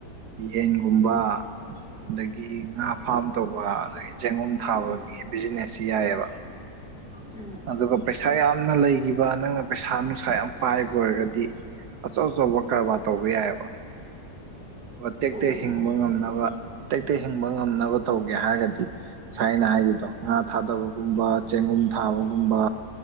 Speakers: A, on the right (about 70°); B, in the centre.
A: ꯌꯦꯟꯒꯨꯝꯕ ꯑꯗꯒꯤ ꯉꯥ ꯐꯥꯝ ꯇꯧꯕ ꯆꯦꯡꯒꯨꯝ ꯊꯥꯕ
B: ꯎꯝ
A: ꯒꯤ ꯕꯤꯖꯤꯅꯦꯁ ꯁꯤ ꯌꯥꯏꯌ‌ꯦꯕ
B: ꯎꯝ
A: ꯑꯗꯨꯒ ꯄꯩꯁꯥ ꯌꯥꯝꯅ ꯂꯩꯒꯤꯕ ꯅꯪꯅ ꯄꯩꯁꯥ ꯅꯨꯡꯁꯥ ꯌꯥꯝ ꯄꯥꯏꯕ ꯑꯣꯏꯔꯒꯗꯤ ꯑꯆꯧ ꯑꯆꯧꯕ ꯀꯔꯕꯥꯔ ꯇꯧꯕ ꯌꯥꯏꯌꯦꯕ ꯇꯦꯛ
B: ꯑꯣ
A: ꯇꯦꯛ ꯍꯤꯡꯕ ꯉꯝꯅꯕ ꯇꯦꯛ ꯇꯦꯛ ꯍꯤꯡꯕ ꯉꯝꯅꯕ ꯇꯧꯒꯦ ꯍꯥꯏꯔꯗꯤ ꯉꯁꯥꯏ ꯑꯩꯅꯥ ꯍꯥꯏꯒꯤꯕꯗꯣ ꯉꯥ ꯊꯥꯗꯕꯒꯨꯝꯕ
B: ꯎꯝ
A: ꯆꯦꯡꯒꯨꯝ ꯊꯥꯕꯒꯨꯝꯕ